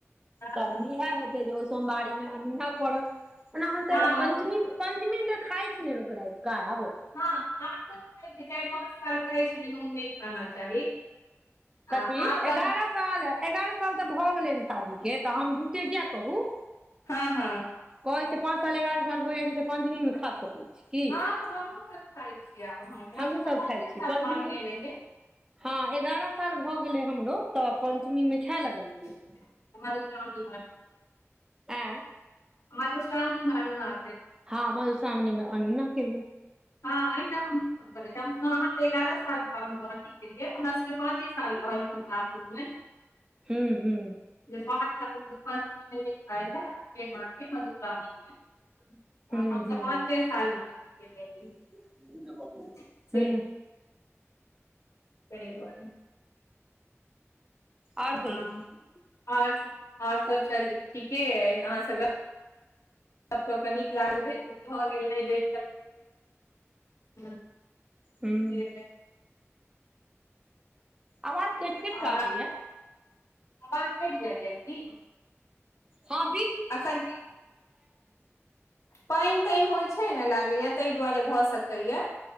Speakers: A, on the left; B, on the right.
A: हँ
B: तब इहै हेतै जे ओ सोमवारी नै अनूना करब, एना हम
A: हँ
B: तऽ पंचमी-पंचमी द खाय छैने लोक राईत कऽ आबो।
A: हँ, आब तऽ खाय छै। चारि-पाँच साल कहै छलै नोन नै खाना चाही। आ
B: की,
A: आब
B: एगारह
A: तऽ
B: साल-एगारह साल तऽ भऽ गेलै ने शादी के तऽ हम झूठ्ठे किया कहू?
A: हाँ-हाँ
B: कहै छै पाँच साल एगारह साल भऽ जाय छै तऽ पंचमीं मे खा सकै छी। की
A: हँ, तऽ हमहुँ सब खाय छीयै <unintelligible>
B: हमहूँ
A: हम सब तऽ पाँचे
B: खाइ
A: साल
B: छियै पंचमी
A: मांगने रहियै।
B: हँ, एगारह साल भऽ गेलै हमरो, तऽ पञ्चमीमे खैए लगलियै।
A: <unintelligible>
B: आँय
A: मधुश्रावणी मे नुआ
B: हां, मधुश्रावणी में अनुना केलौं।
A: हँ, अहिना हमहु सभ <unintelligible> अहाँके एगारह साल बाद <unintelligible> केेलियै, हमरा सबके पाँचे साल कहलखिन सासुर में।
B: हूँ-हूँ
A: जे पांच साल मधुश्रावणी में नई खायले, फेर माँ के मधुश्रावणी में तऽ
B: हूँ
A: हम
B: हूँ
A: सब पाँचे साल मे अथी केने रहियै।
B: <unintelligible>
A: <unintelligible>
B: हूँ
A: तै दुआरे।
B: आओर
A: हँ,
B: कहियौ
A: आओर सब आओर सब <unintelligible> ठीके अय आहा से गप्प गप्प कऽ के नीक लागलैह <unintelligible> भऽ गेलै <unintelligible>
B: हूँ
A: से नहि
B: आवाज कैट-कैट
A: आओर
B: कऽ आबैयऽ।
A: आवाज कैट जाइय कि।
B: हँ, बी
A: अखन पाइन-ताइन होय छै नऽ लागैयऽ तै दुआरे भऽ सकैयऽ।